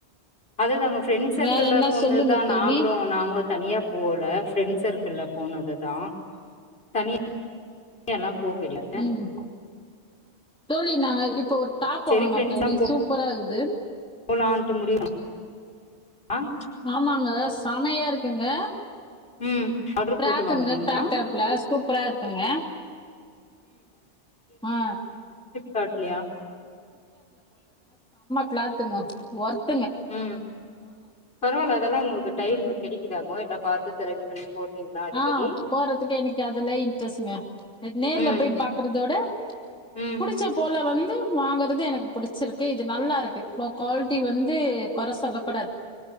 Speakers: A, on the left; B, in the centre.
A: அதுதாங்க ஃப்ரெண்ட்ஸ் சர்க்கிள்
B: வேற என்ன
A: போனதுதா
B: சொல்லுங்க தோழி
A: நாங்களு நாங்களு தனியா போல ஃப்ரெண்ட் சர்க்கள்ல போனதுதா தனிய எல்லா போ <unintelligible>
B: ம் தோழி நாங்க இப்போ ஒர் டாப் <unintelligible>
A: செரி ஃப்ரெண்ட்ஸா
B: தோழி சூப்பரா இருகுது து
A: போலான்ட்டு முடிவு பண்ண ஆ
B: ஆமாங்க சமயா இருக்குங்க
A: ம் ஆர்டர்
B: பிரக்குங்க
A: போட்டு வாங்குனீங்களா
B: பிரக்டேப்ல சூப்பரா இருக்குங்க ஆ
A: காட்லியா
B: கிளாத்துங்கோ ஒர்த்
A: உம் பரவால்ல அதெல்லா உங்களுக்கு டைம் இருக் கெடைக்குதாங்கோ எல்லா பாத்து செலக்ட் பண்ணி போட்றீங்களா அடிக்கடி
B: ஆ, போறதுக்கு எனக்கு அதுல இன்ட்ரஸ்ஸுங்க எனக்கு நேர்ல
A: ம்
B: போய் பாக்குறதோட
A: ம்
B: புடிச்ச போல வந்து வாங்கறது எனக்கு புடிச்சிருக்கு இது நல்லாருக்கு ஒ குவால்ட்டி வந்து கொற சொல்ல கூடாது